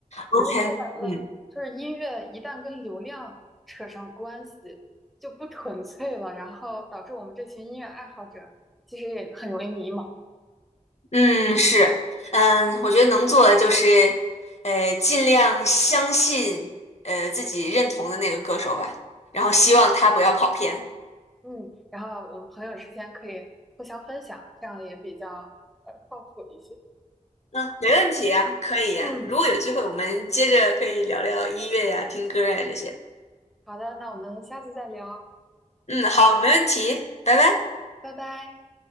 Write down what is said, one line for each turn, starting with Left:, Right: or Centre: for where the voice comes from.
Centre: 其实说白了，
Left: OK，嗯
Centre: 就是音乐一旦跟流量扯上关系，就不纯粹了，然后导致我们这群音乐爱好者其实也很容易迷茫。
Left: 嗯是，嗯，我觉得能做的就是，呃，尽量相信呃自己认同的那个歌手吧，然后希望他不要跑偏。
Centre: 嗯，然后我们朋友之间可以互相分享，这样也比较呃靠谱一些。
Left: 啊，没问题啊，可以啊。
Centre: 嗯，
Left: 如果有机会，我们接着可以聊聊音乐呀、听歌呀这些。
Centre: 好的，那我们下次再聊，
Left: 嗯，好，没问题，拜拜。
Centre: 拜拜。